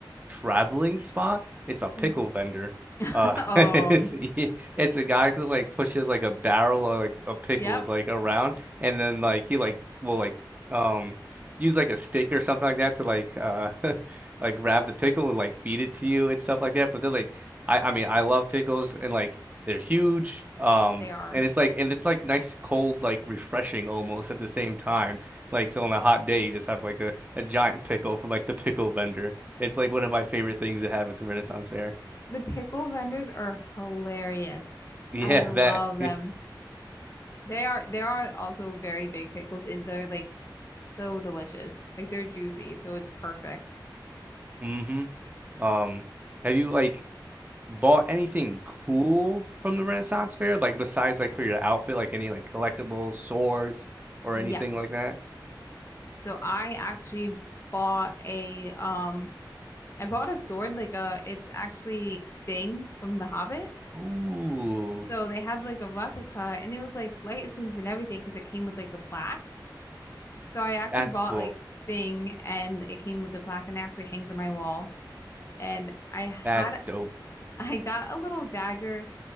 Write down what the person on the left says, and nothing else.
Mm.
<laughs>
Oh,
yep,
they are.
The pickle vendors are hilarious.
I love
them.
They are there are also very big pickles and they're like so delicious. Like they're juicy, so it's perfect.
Yes.
So I actually bought a um I bought a sword like a it's actually Sting from The Hobbit.
So they had like a replica and it was like licensed and everything because it came with like a plaque. So I actually
bought
like Sting and it came with a plaque and it actually hangs on my wall. and I had
<laughs> I got a little dagger.